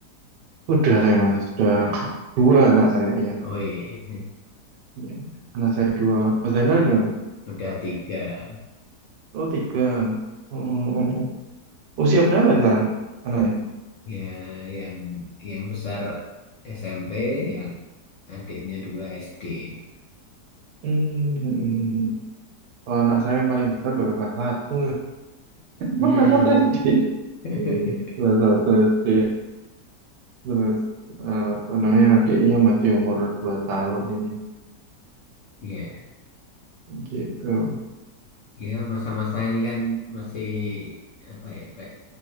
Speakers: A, on the right (about 80°); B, on the left (about 60°).
A: udah saya mas sudah
B: Udah.
A: dua anak saya iya
B: Woi.
A: Iya. Anak saya dua. Mas Zainal gimana?
B: <laughs> Udah tiga.
A: Oh, tiga. Mm, mm, mm. Usia berapa ya sekarang anaknya?
B: Ya, yang yang besar SMP, yang adiknya dua SD ini.
A: Hmm, mm, mm, mm. Kalau anak saya yang paling besar baru kelas satu.
B: Hmm.
A: Oh, kelas satu SD.
B: <laughs>
A: Hmm. Kelas satu SD. Terus eh, apa namanya adiknya masih umur dua tahun ini.
B: Ya,
A: Gitu.
B: ya masa-masa ini kan masih apa ya, Pak?